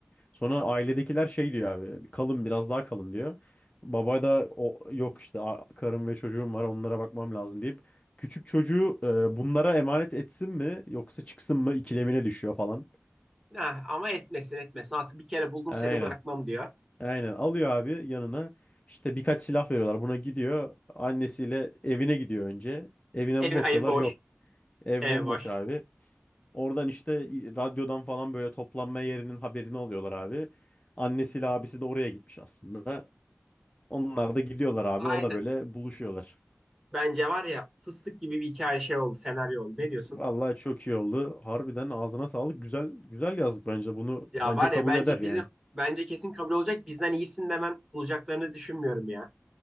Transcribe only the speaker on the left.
Sonra ailedekiler şey diyor abi. Kalın biraz daha kalın diyor. Baba da o yok işte a- karım ve çocuğum var onlara bakmam lazım deyip küçük çocuğu e, bunlara emanet etsin mi yoksa çıksın mı ikilemine düşüyor falan.
Aynen.
Aynen alıyor abi yanına. İşte birkaç silah veriyorlar. Buna gidiyor. Annesiyle evine gidiyor önce. Evine
bu
bakıyorlar.
Yok. Ev
bomboş
abi. Oradan işte radyodan falan böyle toplanma yerinin haberini alıyorlar abi. Annesiyle abisi de oraya gitmiş aslında. Onlar da gidiyorlar abi.
Orada böyle buluşuyorlar.
Vallahi çok iyi oldu. Harbiden ağzına sağlık. Güzel güzel yazdık bence. Bunu
bence
kabul
eder yani.